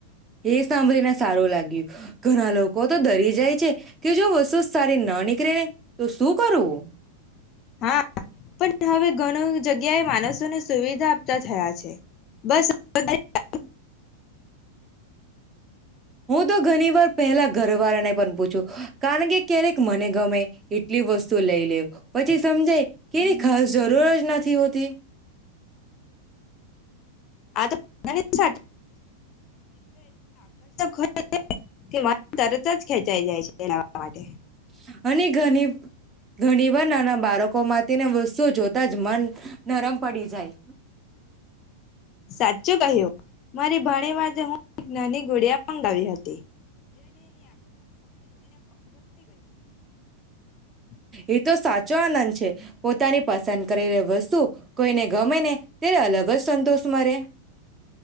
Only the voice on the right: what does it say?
એ સાંભળીને સારું લાગ્યું ઘણા લોકો તો દરે જાય છે. કે જો વસ્સુ સારી ના નીક. <unintelligible> તો શું કરું?
હું તો ઘણી વાર પહેલા ઘરવાળાને પણ પૂછું કારણ કે ક્યારેક મને ગમે કેટલી વસ્તુ લઈ લે પછી સમજાય કે એની ખાસ જરૂર જ નથી હોતી.
<inaudible> અને ઘની ઘણી વાર નાના બાળકો માટે ની વસ્તુઓ જોતા જ મન નરમ પડી જાય.
એ તો સાચો આનંદ છે પોતાની પસંદ કરેલી વસ્તુ કોઈને ગમે ને ત્યારે અલગ જ સંતોષ મરે.